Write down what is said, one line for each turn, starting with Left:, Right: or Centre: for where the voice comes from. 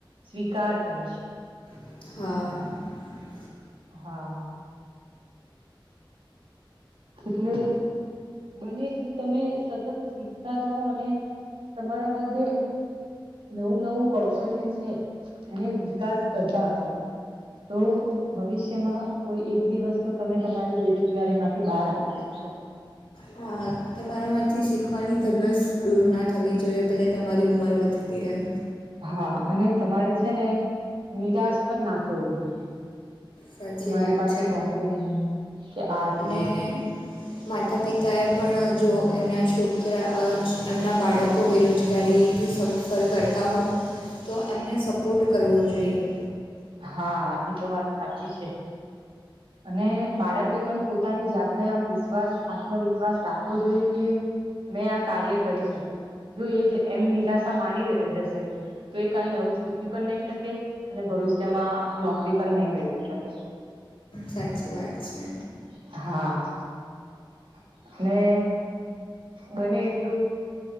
Right: સ્વીકાર કરે છે.
Left: <inaudible>
Right: હા એટલે. બને એટલું તમે સતત શીખતા રહો અને તમારામાં જે નવું નવું કૌશલ્ય છે, એને વિકાસ કરતા રહો તો ભવિષ્યમાં કોઈ એક દિવસ તો તમે તમારી બેરોજગારી માટે. બહાર આવી શકશો.
Left: હા તમારામાંથી શીખવાની ધઝગસ દૂર ના થવી જોઈએ ભહેલે તમારી ઉંમર વધતી રહે
Right: હા અને તમારે છે, ને નિરાશ પણ ના થવું જોઈએ.
Left: સાચી
Right: કે મારી
Left: વાત
Right: પાસે
Left: છે
Right: એ નોકરી ન કે આતી
Left: અને માતા પિતાએ પણ. જો એમના છોકરા એમના બાળકો બેરોજગારીથી સફર કરતા હો. તો એમને સપોર્ટ કરવો જોઈએ.
Right: હા એ તો વાત સાચી છે, અને બાળકે પણ. પોતાની જાતને આમ વિશ્વાસ આત્મવિશ્વાસ રાખવો જોઈએ કે. મેં આ કાર્ય કરી શકી જો એ જ એમ નિરાશા માની જશે તો એ કઈ નવીું શીખી પણ નહી શકે અને ભવિષ્ય તેમાં નોકરી પણ નહી મેળવી શકે
Left: સાચી વાત છે.
Right: <inaudible> ને બને એટલું.